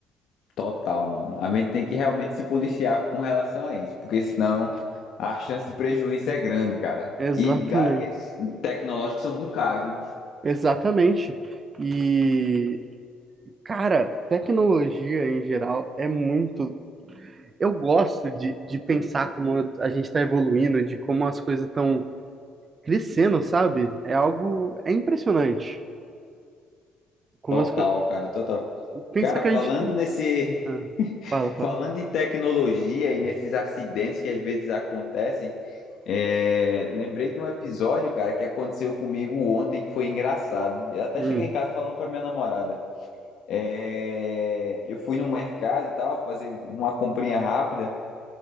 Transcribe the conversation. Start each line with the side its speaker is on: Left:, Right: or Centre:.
Left: Total, mano. A gente tem que realmente se policiar com relação a isso, porque senão a chance de prejuízo é grande, cara.
Right: Exatamente.
Left: E gadgets tecnológicos são muito caros, né?
Right: Exatamente. E, cara, tecnologia em geral é muito. Eu gosto de, de pensar como a gente está evoluindo, de como as coisas estão crescendo, sabe? É algo. É impressionante. Como
Left: Total,
Right: as coisas.
Left: cara, total.
Right: Pensar
Left: Cara,
Right: que a
Left: falando
Right: gente.
Left: nesse,
Right: Ah, fala, fala.
Left: falando em tecnologia e nesses acidentes que às vezes acontecem, é, lembrei de um episódio, cara, que aconteceu comigo ontem, que foi engraçado. Eu até
Right: Hum,
Left: cheguei em casa falando pra minha namorada. É, eu fui no mercado e tal, fazer uma comprinha rápida.